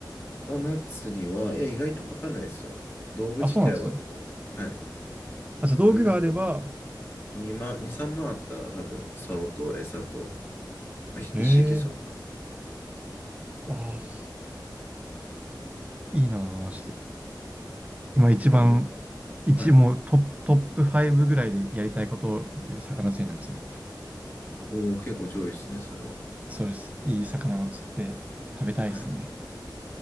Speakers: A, on the left; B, on the right.
A: 魚釣りは、いや、意外とかかんないですよ。道具自体は、
B: あ、そうなんですね。
A: はい。
B: あ、じゃあ道具があれば、
A: うん、2万、2、3万あったら多分、竿と餌と、まあ、ひ一式そうだ
B: へえ、ああいいなぁ、マ今一番、
A: なだからに
B: 一、
A: まんはい。
B: もうトップ、トップ5ぐらいでやりたいことで魚釣りなんですよ。
A: おお、結構上位ですね、それは。
B: そうです。いい魚を釣って食べたいですね。
A: はい。